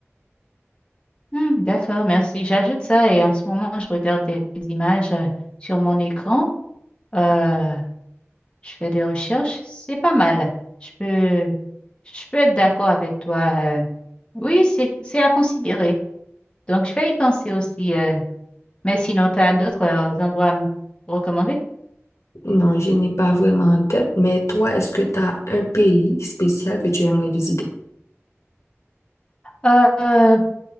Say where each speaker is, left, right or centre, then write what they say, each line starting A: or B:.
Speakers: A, on the left; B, on the left.
A: Hmm, d'accord, merci. J'ajoute ça et en ce moment, je regarde des des images euh, sur mon écran. Euh, je fais des recherches. C'est pas mal. Je peux, je peux être d'accord avec toi. euh. Oui, c'est, c'est à considérer. Donc, je vais y penser aussi. euh. Mais sinon, tu as d'autres euh, endroits à me recommander?
B: Non, je n'ai pas vraiment en tête, mais toi, est-ce que tu as un pays spécial que tu aimerais visiter?
A: Euh, euh,